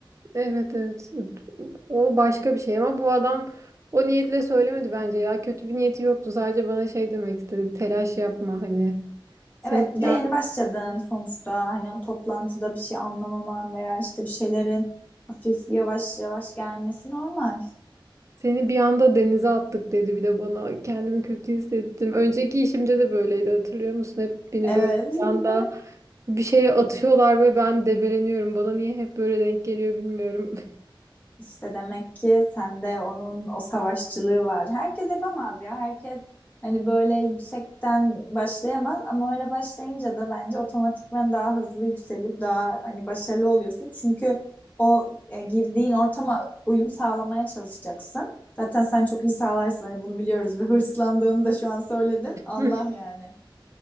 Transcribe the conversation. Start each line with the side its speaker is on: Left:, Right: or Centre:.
Right: Evet evet. O başka bir şey ama bu adam o niyetle söylemedi bence ya. Kötü bir niyeti yoktu. Sadece bana şey demek istedi. Telaş yapma hani. Seni
Left: Evet, bir
Right: bir
Left: de
Right: anda,
Left: yeni başladın sonuçta. Hani o toplantıda bir şey anlamaman veya işte bir şeylerin hafif yavaş yavaş gelmesi normal.
Right: seni bir anda denize attık dedi bir de bana. Kendimi kötü hissettim. Önceki işimde de böyleydi hatırlıyor musun? Hep beni
Left: Evet.
Right: böyle bir
Left: <laughs>
Right: anda bir şeye atıyorlar ve ben debeleniyorum. Bana niye hep böyle denk geliyor bilmiyorum.
Left: İşte demek ki sende onun o savaşçılığı var. Herkes yapamaz ya. Herkes hani böyle yüksekten başlayamaz ama öyle başlayınca da bence otomatikman daha hızlı yükselip daha hani başarılı oluyorsun. Çünkü o e, girdiğin ortama uyum sağlamaya çalışacaksın. Zaten sen çok iyi sağlarsın hani bunu biliyoruz ve <laughs> hırslandığını da şu an söyledin. Allah
Right: <laughs>
Left: yani.